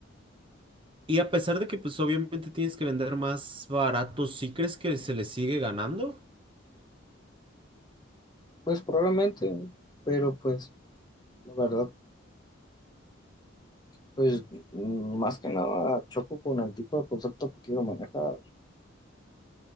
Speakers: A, on the right (about 25°); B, on the left (about 20°).
A: Y a pesar de que pues obviamente tienes que vender más barato, ¿sí crees que se le sigue ganando?
B: Pues probablemente, pero pues la verdad, pues mm, más que nada choco con el tipo de concepto que quiero manejar.